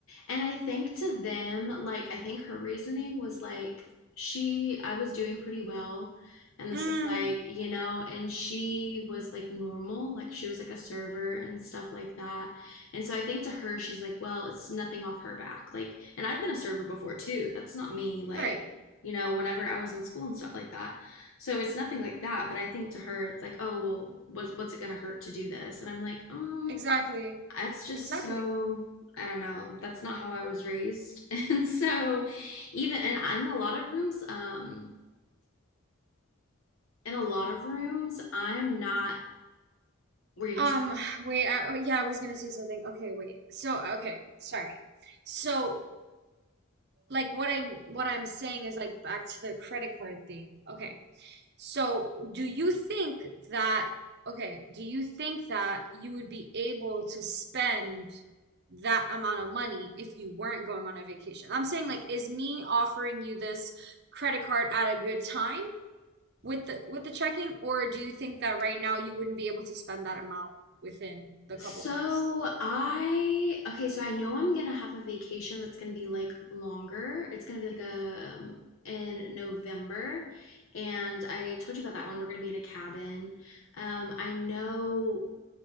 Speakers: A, on the left (about 70°); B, on the right (about 50°).
A: and I think to them, like I think her reasoning was like she I was doing pretty well and this
B: Mm,
A: is like, you know, and she was like normal, like she was like a server and stuff like that. And so I think to her she's like, well, it's nothing off her back. Like and I've been a server before too. That's not me like,
B: right.
A: you know, whenever I was in school and stuff like that. So it's nothing like that, but I think to her it's like, oh well, what's what's it gonna hurt to do this? And I'm like, um,
B: Exactly.
A: it's just
B: Exactly.
A: so I don't know. That's not how I was raised, <laughs> and so even and in a lot of rooms, um, in a lot of rooms, I'm not. Were you gonna
B: Um,
A: say something?
B: wait, I, oh, yeah, I was gonna say something. Okay, wait. So, okay, sorry. So, like what I'm what I'm saying is like back to the credit card thing. Okay. So, do you think that, okay, do you think that you would be able to spend that amount of money if you weren't going on a vacation? I'm saying like, is me offering you this credit card at a good time with the with the checking, or do you think that right now you wouldn't be able to spend that amount within the couple
A: So
B: months?
A: I okay, so I know I'm gonna have a vacation that's gonna be like longer. It's gonna be like a, um in November, and I told you about that one. We're gonna be in a cabin. Um, I know,